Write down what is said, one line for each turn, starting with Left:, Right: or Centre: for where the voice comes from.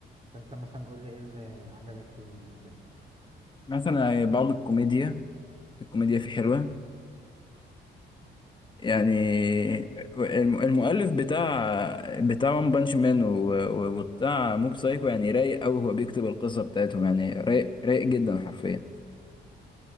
Right: فانت مثلا قول لي ايه اللي عجبك فيه يعني كده
Left: مثلا بعض الكوميديا الكوميديا فيه حلوة يعني
Right: ايوه
Left: الم- المؤلف بتاع بتاع وان بانش مان وبتاع موب سايكو يعني رايق قوي هو بيكتب القصة بتاعتهم يعني رايق رايق جدا حرفيا